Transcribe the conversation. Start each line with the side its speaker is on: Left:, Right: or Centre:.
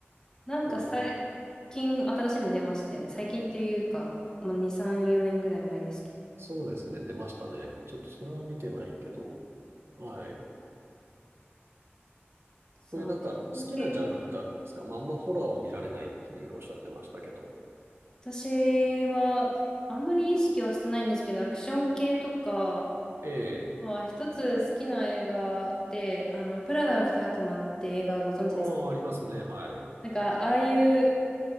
Left: なんか最近新しいの出ましたよね。
Right: なんかみ、
Left: 最近っていうか、まあ、2、3、4年ぐらい前ですけど。
Right: そうですね、出ましたね。ちょっとそれは見てないけど、はい。
Left: そう、
Right: そういうなんか好きなジャンルってあるんですかまあ、
Left: アクション系。
Right: あんまホラーは見られないっていうおっしゃってましたけど。
Left: 私は、あんまり意識はしてないんですけど、アクション系とか
Right: ええ。
Left: は、一つ好きな映画で、あの、プラダを着た悪魔って映画ご存知ですか
Right: ああ、ありますね、はい。
Left: なんか、ああいう